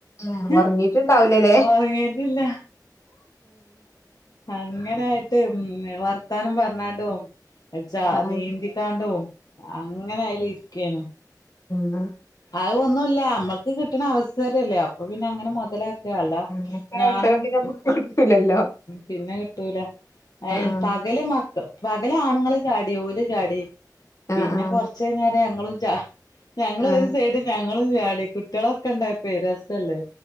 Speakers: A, on the left; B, on the left.
A: ആഹ്
B: ഹ്
A: ഒർങ്ങീറ്റ്ണ്ടാവൂലലേ
B: ഒറങ്ങീട്ടില്ല അങ്ങനായിട്ട് ഉം വർത്താനം പറഞ്ഞാണ്ടും ച
A: ആ ആ
B: നീന്തിക്കാണ്ടും അങ്ങനയ്ല് ഇര്ക്കേനു
A: എന്ന്
B: അഹ് ഒന്നുല്ല മ്മക്ക് കിട്ടണ അവസരല്ലേ അപ്പ പിന്നങ്ങനെ മൊതല അല്ല
A: അങ്ങനത്തെ
B: ഞാനൊക്കെ
A: അവസരം പിന്നെ നമുക്ക് കിട്ടൂലല്ലോ
B: പിന്നെ കിട്ടൂല അഹ്
A: ആ ആ
B: പകല് മക്കൾ പകല് ആണുങ്ങൾ ചാടി ഓല് ചാടി
A: ആ
B: പിന്നെ
A: ആ
B: കൊർചയ്ഞാരെ ഞങ്ങളും ചാ ഞങ്ങൾ
A: ആ
B: ഞങ്ങളും ചാടി കുട്ട്യളൊക്കെ ണ്ടായപ്പെ രസല്ലേ